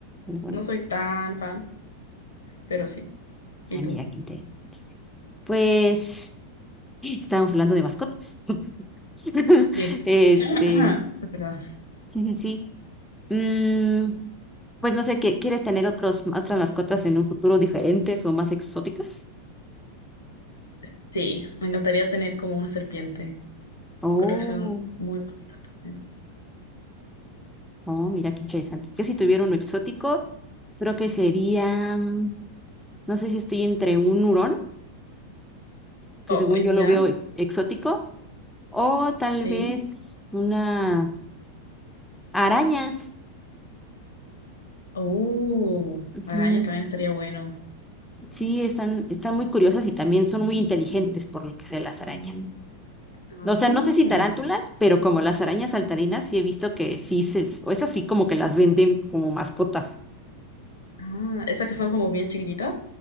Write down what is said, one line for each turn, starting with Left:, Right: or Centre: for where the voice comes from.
Centre: Bueno, bueno.
Left: No soy tan fan, pero sí. ¿Y
Centre: Ay,
Left: tú?
Centre: mira, qué interesante. Pues estábamos hablando de mascotas. <laughs>
Left: Sí.
Centre: Este,
Left: <clears throat> Es verdad.
Centre: sí, sí, sí. Mm, pues no sé, ¿qué- ¿quieres tener otros, otras mascotas en un futuro diferentes o más exóticas?
Left: Sí, me encantaría tener como una serpiente.
Centre: Oh,
Left: Creo que son muy bonitas también.
Centre: oh, mira qué interesante. Yo si tuviera uno exótico, creo que sería mm, No sé si estoy entre un hurón, que
Left: Oh,
Centre: según
Left: y
Centre: yo lo
Left: ya,
Centre: veo ex- exótico, o tal
Left: sí.
Centre: vez una arañas.
Left: Uh,
Centre: Ujú.
Left: arañas también estaría bueno.
Centre: Sí, están, están muy curiosas y también son muy inteligentes por lo que sé las arañas.
Left: Mm,
Centre: O sea, no sé si tarántulas, pero como las arañas saltarinas sí he visto que sí se, o es así como que las venden como mascotas.
Left: ah, esas que son como bien chiquititas.